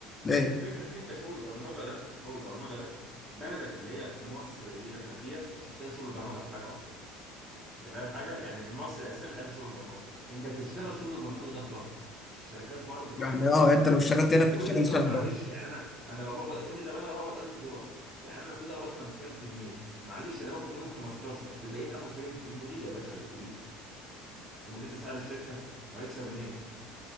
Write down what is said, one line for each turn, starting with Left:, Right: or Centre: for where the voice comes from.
Left: ايه
Right: الفكره ان انت شغل البرمجه ده شغل البرمجه ده بلدك اللي هي مصر دي اللي احنا فيها مش محتاجه شغل البرمجه في حاجه اصلا انت فاهم حاجه يعني مصر اساسا مش عايزه شغل البرمجه انت بتشتغل شغل البرمجه ده لبره الشركات بره بتبقى
Left: يعني
Right: طالباه
Left: اه انت لو اشتغلت هنا
Right: هتقول
Left: بتشتغل
Right: لي طب
Left: شهر
Right: معلش
Left: بره
Right: يعني انا انا لو بقبض هتقول لي طب انا لو بقبض 1000 دولار يعني انا المفروض اقبض 50000 جنيه معلش انا باخد منهم 15 الباقيين راحوا فين المدير يا باشا اللي فوقيك مش المدير ده صاحب الشركه وهيكسب منين